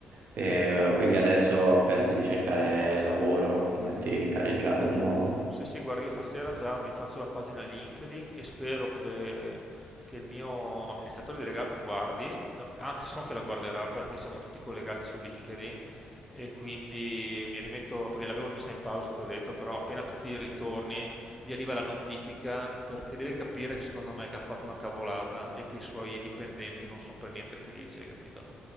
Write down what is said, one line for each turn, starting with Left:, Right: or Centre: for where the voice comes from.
Right: Eh, quindi adesso pensi di cercare lavoro, ti metti in carreggiata di nuovo?
Centre: Sì, sì, guarda, io stasera già mi faccio la pagina LinkedIn e spero che, che il mio amministratore delegato guardi, la- anzi so che la guarderà perché siamo tutti collegati su LinkedIn e quindi mi rimetto, perché l'avevo messa in pausa, ti ho detto, però appena tu ti ritorni gli arriva la notifica perché deve capire che secondo me che ha fatto una cavolata e che i suoi dipendenti non sono per niente felici, hai capito?